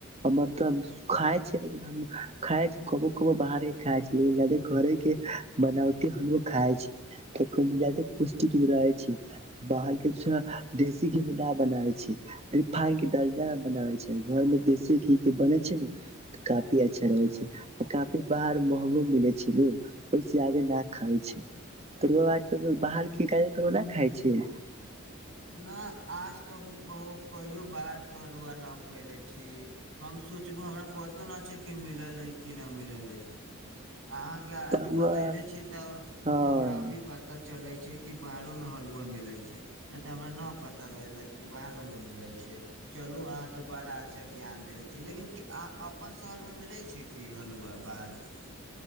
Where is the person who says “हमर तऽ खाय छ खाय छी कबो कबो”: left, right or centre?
Right